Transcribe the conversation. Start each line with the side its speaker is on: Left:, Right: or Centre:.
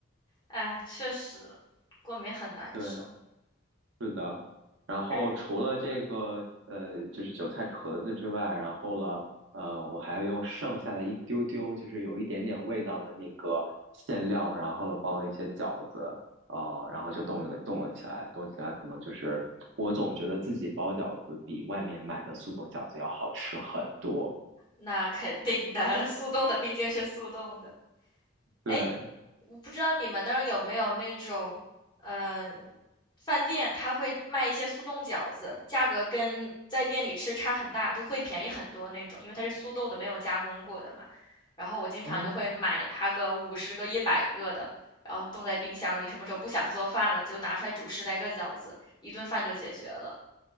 Left: 哎，确实，过敏很难受。
Right: 对，是的，然后除了这个呃，
Left: 哎，
Right: 就是韭菜壳子之外，然后了呃，我还用剩下的一丢丢，就是有一点点味道的那个馅料，然后了包了一些饺子，呃，然后就冻了冻了起来，冻起来可能就是我总觉得自己包饺子比外面买的速冻饺子要好吃很多。
Left: 那肯定的，速冻的毕竟是速冻的。
Right: 对，
Left: 哎，我不知道你们那儿有没有那种，嗯、饭店它会卖一些速冻饺子，价格跟在店里吃差很大，就会便宜很多那种，因为它是速冻的，没有加工过的嘛。然后我经常就会买它个五十个、
Right: 哦，
Left: 一百个的，然后冻在冰箱里，什么时候不想做饭了，就拿出来煮十来个饺子，一顿饭就解决了。